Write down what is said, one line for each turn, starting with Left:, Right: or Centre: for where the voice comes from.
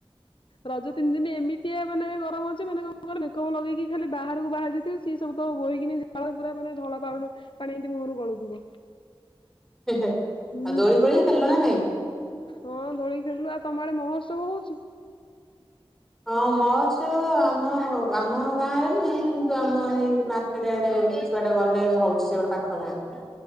Left: ରଜ ତିନି ଦିନ ଏମିତିଆ ମାନେ ଗରମ ହେଇଛି ମାନେ କଣ କହିଲୁ ମେକପ ଲଗେଇକି ଖାଲି ବାହାରକୁ ବାହାରି ଯାଇଥିବୁ ସିଏ ସବୁ ତ ବୋହିକି ଝାଳ ପୁରା ମାନେ ଧଳା ପାଉ ପାଣି ଏମିତି ମୁହଁରୁ ଗଳୁଥିବ
Centre: ଆଉ
Left: ହୁଁ
Centre: ଦୋଳି ପୋଳି ଖେଳିଲ ନା ନାଇଁ
Left: ହଁ ଦୋଳି ଖେଳିଲୁ ଆଉ ତମ ଆଡ଼େ ମହୋତ୍ସବ ହଉଛି?
Centre: ହଁ ମହୋତ୍ସବ ଆମ ଆମ ଗାଁ ରେ ନୁହେଁ କିନ୍ତୁ ଆମ ଏଇ ସେଟା ଏଡ଼େ କିଛି ବାଟ ଗଲେ ହଉଛି ସେ ଗୋଟେ ପାଖ ଗାଁ।